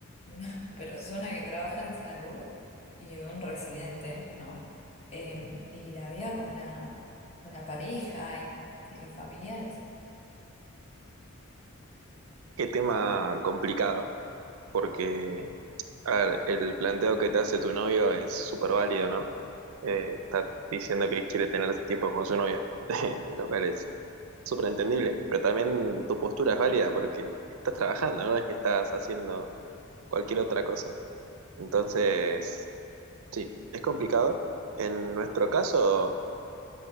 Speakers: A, on the left; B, on the right.
A: de una <laughs> persona que trabaja en salud y de un residente, ¿no? Em, y la vida con la, con la pareja y y los familiares.
B: Qué tema complicado, porque, a ver, el planteo que te hace tu novio es súper válido, ¿no? Eh, está diciendo que quiere tener tiempo con su novia, <laughs> lo cual es súper entendible, pero también tu postura es válida porque estás trabajando, no es que estás haciendo cualquier otra cosa. Entonces, sí, es complicado. En nuestro caso...